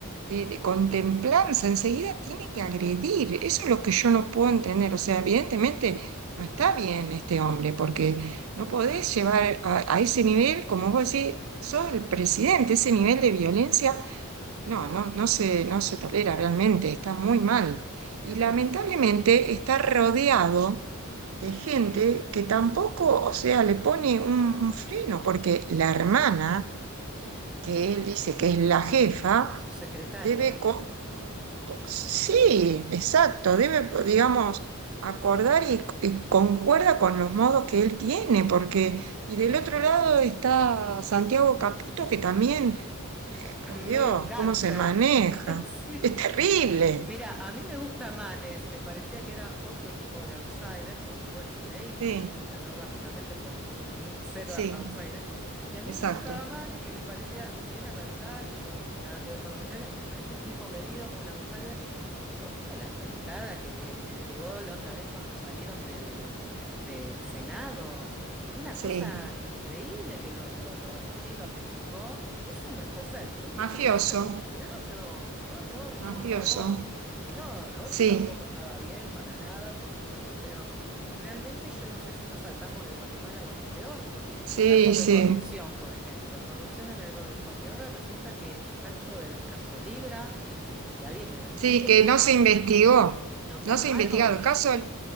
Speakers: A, on the right; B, in the centre.
A: de, de contemplanza. Enseguida tiene que agredir. Eso es lo que yo no puedo entender. O sea, evidentemente no está bien este hombre, porque no podés llevar a, a ese nivel, como vos decís, sos el presidente, ese nivel de violencia no, no, no se, no se tolera realmente, está muy mal.
B: Y
A: Y
B: aparte,
A: lamentablemente está rodeado de gente que tampoco, o sea, le pone un, un freno, porque la hermana, que él dice que es la jefa,
B: su secretaria,
A: debe,
B: las
A: co- sí, exacto, debe, digamos, acordar y, y concuerda con los modos que él tiene, porque, y del otro lado está Santiago Caputo, que también,
B: <laughs> medio
A: por Dios,
B: un gángster.
A: cómo se maneja,
B: <laughs> Sí.
A: es terrible.
B: Mira, a mí me gusta Manes, me parecía que era otro tipo de outsider, porque bueno, Milei
A: Sí,
B: ganó básicamente por, por n- ser
A: sí,
B: a- outsider, y a mí
A: exacto,
B: me gustaba Manes, que me parecía, si bien es radical y yo nada que ver con los radicales, me parecía un tipo medido, un outsider, ¿Vos viste la apretada que le, le pegó la otra vez cuando salieron del, del Senado? Fue una
A: sí,
B: cosa increíble que lo, lo, lo- así lo apechugó. Eso no es cosa de política,
A: Mafioso,
B: eso es claro. Qué horror,
A: mafioso.
B: por favor. No, lo
A: sí,
B: otro tampoco estaba bien para nada, por supuesto, pero realmente yo no sé si nos saltamos de Guatemala a Guatepeor, porque
A: sí,
B: casos
A: sí,
B: de corrupción, por ejemplo, corrupción en el gobierno. Y ahora resulta que está esto del caso Libra. Que alguien me lo explique
A: sí que
B: porque
A: no se investigó,
B: ¿Lo
A: no
B: taparon?
A: se investigaron. El caso, el